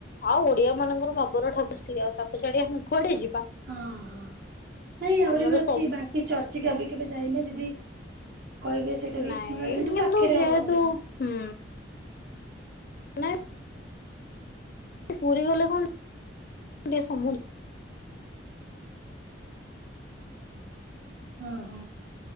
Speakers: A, on the left (about 50°); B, on the right (about 55°).
A: ଆଉ ଓଡିଆ ମାନଙ୍କର ଭାବର ଠାକୁର ସିଏ ଆଉ ତାକୁ ଛାଡି ଆମେ କୁଆଡେ ଯିବା।
B: ହଁ ହଁ ନାଇଁ ଆହୁରି
A: ଆମର
B: ବି ଅଛି
A: ସବୁ
B: ବାଙ୍କ କି ଚର୍ଚ୍ଚିକା ବି କେବେ ଯାଇନେ ଯଦି କହିବେ ସେଇଟା ବି
A: ନାଇଁକିନ୍ତୁ
B: ଏଇଠୁ ପାଖରେ
A: ଯେହତୁ
B: ହବ ମୋର ହଁ
A: ହୁଁ ନାଇଁ ପୁରୀ ଗଲେ କଣ ଟିକେ ସମୁଦ୍ର
B: ଓଁ ହୋ